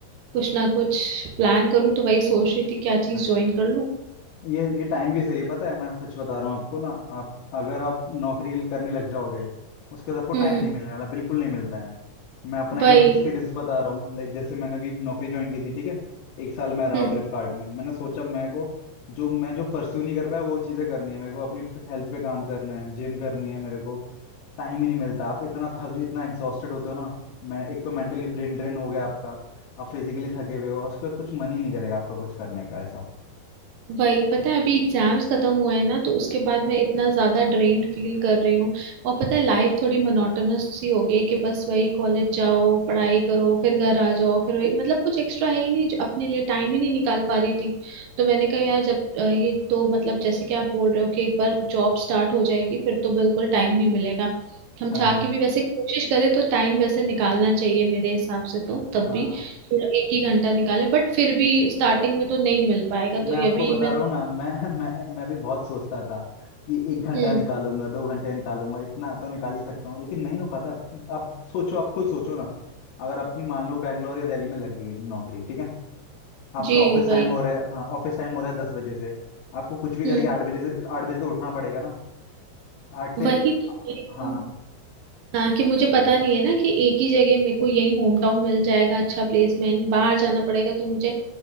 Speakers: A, on the right; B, on the left.
A: कुछ ना कुछ प्लान करूँ तो वही सोच रही थी क्या चीज़
B: अच्छा
A: ज्वाइन कर लूँ
B: ये ये टाइम भी सही है पता है मैं सच बता रहा हूँ आपको ना आप अगर आप नौकरी करने लग जाओगे उसके बाद आपको टाइम
A: हम्म
B: नहीं मिलने वाला बिल्कुल नहीं मिलता है मैं अपना
A: वही
B: ये एक्सपीरियंस बता रहा हूँ लाइक जैसे मैंने अभी नौकरी ज्वाइन की थी ठीक है एक साल मैं रहा
A: हम्म
B: फ्लिपकार्ट में मैंने सोचा मेरे को जो मैं जो परस्यू नहीं कर पाया वो चीज़ें करनी है मेरे को अपनी हेल्थ पे काम करना है जिम करनी है मेरे को टाइम ही नहीं मिलता आप इतना थक इतना एग्जॉस्टेड होते हो ना मैं एक तो मेंटली ब्रेन ड्रेन हो गया आपका आप फिजिकली थके हुए हो और उसके बाद कुछ मन ही नहीं करेगा आपका कुछ करने का ऐसा
A: वही पता है अभी एग्जाम्स खत्म हुए हैं ना तो उसके बाद मैं इतना ज्यादा ड्रेन्ड फील कर रही हूँ और पता है लाइफ थोड़ी मोनोटोनस सी हो गई कि बस वही कॉलेज जाओ पढ़ाई करो फिर घर आ जाओ फिर वही मतलब कुछ एक्स्ट्रा है ही नहीं जो अपने लिए टाइम ही नहीं निकाल पा रही थी तो मैंने कहा यार जब अ, ये तो मतलब जैसे कि आप बोल रहे हो कि एक बार जॉब स्टार्ट हो जाएगी फिर तो बिल्कुल टाइम नहीं मिलेगा हम
B: हाँ
A: चाह
B: हाँ
A: के भी वैसे कोशिश करें तो टाइम वैसे निकालना चाहिए मेरे हिसाब से तो तब
B: हाँ
A: भी एक ही घंटा निकाले बट फिर भी स्टार्टिंग में तो नहीं मिल पाएगा तो
B: मैं आपको
A: ये भी
B: बता
A: मैं
B: रहा हूँ ना मैं <laughs> मैं मैं भी बहुत सोचता था कि एक घंटा
A: हम्म
B: निकालूंगा दो घंटे निकालूंगा इतना तो निकाल ही सकता हूँ लेकिन नहीं हो पाता आप सोचो आप खुद सोचो ना अगर आपकी मान लो बैंगलोर या दिल्ली में लग गई है नौकरी ठीक है आपका
A: जी
B: ऑफिस
A: वही
B: टाइम हो रहा है हाँ ऑफिस टाइम हो रहा है दस बजे से आपको कुछ भी
A: हम्म
B: करके आठ बजे से आठ बजे तो उठना पड़ेगा ना आठ से
A: वही तो वही
B: हाँ
A: तो हाँ कि मुझे पता नहीं है ना कि एक ही जगह मेरे को यही होम टाउन मिल जाएगा अच्छा प्लेसमेंट बाहर जाना पड़ेगा तो मुझे